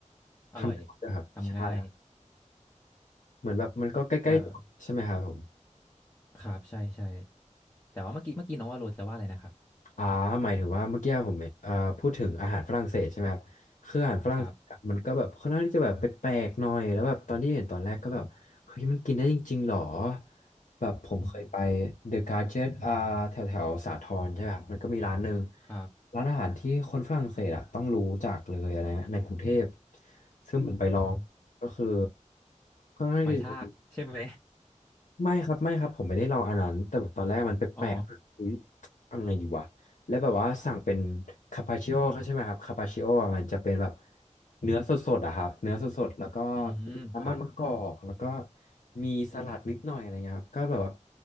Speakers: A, on the left (about 20°); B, on the left (about 80°).
A: อร่อย
B: ทำนะครับใช่
A: ทำง่าย
B: เหมือนแบบมันก็ใกล้ๆใช่ไหมครับผม
A: เออครับใช่ใช่ แต่ว่าเมื่อกี้เมื่อกี้น้องว่าโรจะว่าอะไรนะครับ
B: อ่าหมายถึงว่าเมื่อกี้ผมอ่าพูดถึงอาหารฝรั่งเศสใช่ไหมครับคืออาหารฝรั่งเศสอะมันก็แบบค่อนข้างที่จะแบบแปลกๆหน่อยแล้วแบบตอนที่เห็นตอนแรกก็แบบเฮ้ยมันกินได้จริงๆหรอ
A: ครับ
B: แบบผมเคยไป
A: อืม
B: เดอะการ์เจตอ่าแถวแถวสาทรใช่ไหมครับมันก็มีร้านหนึ่ง
A: ครับ
B: ร้านอาหารที่คนฝรั่งเศสอ่ะต้องรู้จักเลยนะฮะในกรุงเทพซึ่งผมไปลองก็คือ
A: อ๋อ
B: ค่อนข้างที่จะ
A: หอยทากใช่ไหม
B: ไม่ครับไม่ครับผมไม่ได้ลองอันนั้นแต่แบบตอนแรกมันแปลกๆอะอุ๊ย
A: <laughs> อ๋อ
B: ทำไงดีวะแล้วแบบว่าสั่งเป็นคาปาชิโอใช่ไหมครับคาปาชิโอมันจะเป็นแบบเนื้อสดๆอะครับเนื้อสดๆแล้วก็มีน้ำมันมะกอกแล้วก็
A: อืมครับ
B: มีสลัดนิดหน่อยอะไรเงี้ยครับก็แบบว่า